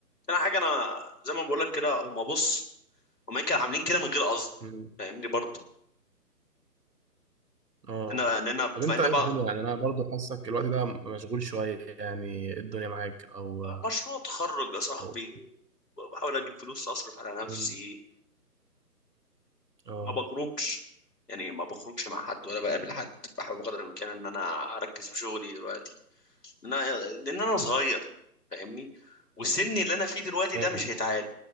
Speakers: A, on the left (about 75°); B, on the right (about 75°).
A: انا حاجه انا زي ما بقول لك كده هم بص هم كانوا عاملين كده من غير قصد
B: مم.
A: فاهمني برضه
B: اه
A: انا لان
B: طب انت
A: فان
B: ايه
A: بقى
B: الدنيا يعني انا برضو حاسك الوقت ده مشغول شويه يعني إيه الدنيا معاك او
A: مشروع تخرج يا صاحبي
B: أو
A: وبحاول اجيب فلوس اصرف على نفسي
B: مم. اه
A: ما بخرجش يعني ما بخرجش مع حد ولا بقابل حد بحاول بقدر الامكان ان انا اركز في شغلي دلوقتي لان انا لان انا صغير فاهمني وسني اللي انا فيه دلوقتي
B: فاهم
A: ده مش هيتعاد